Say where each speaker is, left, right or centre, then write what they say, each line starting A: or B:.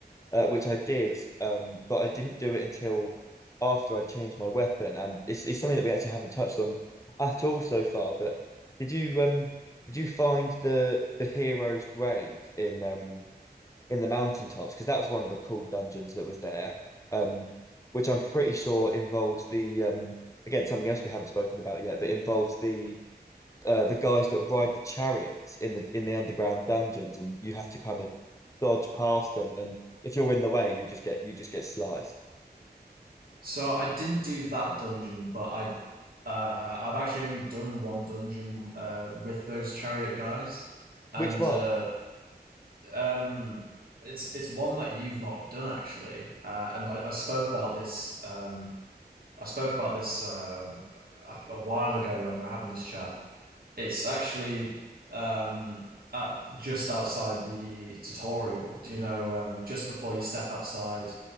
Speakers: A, on the left; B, on the right.
A: uh, which I did, um, but I didn't do it until after I changed my weapon, and it's it's something that we actually haven't touched on at all so far. But did you um did you find the the hero's grave in um in the mountaintops? Because that was one of the cool dungeons that was there, um, which I'm pretty sure involves the um again something else we haven't spoken about yet, but involves the uh, the guys that ride the chariots in the in the underground dungeons, and you have to kind of dodge past them. And if you're in the way, you just get you just get sliced.
B: So I didn't do that dungeon, but I uh, I've actually only done one dungeon uh, with those chariot guys, and
A: Which one?
B: uh, um, it's it's one that you've not done actually. Uh, and I, I spoke about this um, I spoke about this uh, a, a while ago when we are having this chat. It's actually um, at just outside the tutorial. Do you know um, just before you step outside